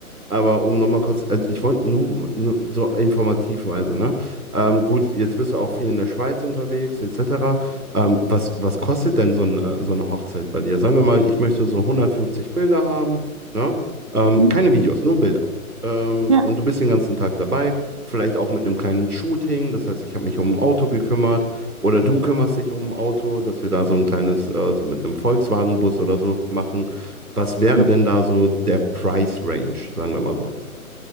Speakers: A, on the right (about 85°); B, on the right (about 20°).
A: aber um nochmal kurz, äh, ich wollte nur, nur so informativweise, ne? Ähm, gut, jetzt bist du auch viel in der Schweiz unterwegs, etc. Ähm, was, was kostet denn so eine, so eine Hochzeit bei dir? Sagen wir mal, ich möchte so 150 Bilder haben, ne? Ähm,
B: Mhm.
A: keine Videos, nur Bilder. Ähm,
B: Ja.
A: und du bist den ganzen Tag dabei, vielleicht auch mit einem kleinen Shooting, das heißt, ich habe mich um ein Auto gekümmert oder du kümmerst dich um ein Auto, dass wir da so ein kleines, äh, so mit einem Volkswagen-Bus oder so machen. Was wäre
B: Mhm.
A: denn da so der Price Range, sagen wir mal so?